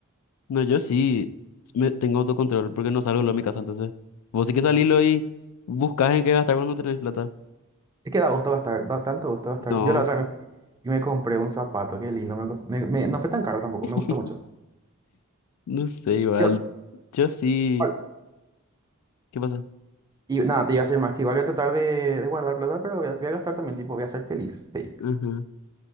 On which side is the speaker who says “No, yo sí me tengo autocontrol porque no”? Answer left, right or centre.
Left